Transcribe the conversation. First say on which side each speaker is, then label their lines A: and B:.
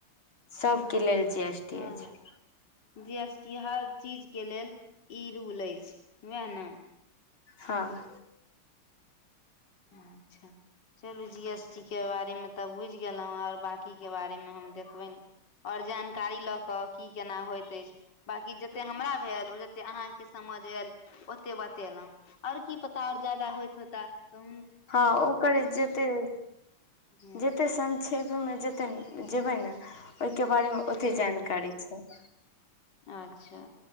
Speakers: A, on the left (about 65°); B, on the left (about 50°).
A: सबके लेल जी एस टी।
B: हँ
A: अछि
B: हँ जी एस टी हर चीज के लेल ई रूल अछि वैह नऽ?
A: हँ
B: अच्छा चलू जी एस टी के बारेमे तऽ बुझि गेलहुँ आओर बकी के बारेमे हम देखबैन। और जानकारी लऽ कऽ की केना होइत अछि। बाकी जेते हमरा भेल ओ जते अहाँके समझ एल ओते बतेलहुँ आओर की पता आओर जादा होइत होता त
A: हँ ओकरे जते
B: हूँ
A: जते सं क्षेपमे जते जेबै ने ओहिके बारेमे ओते
B: हूँ
A: जानकारी
B: हूँ
A: छैय।
B: अच्छा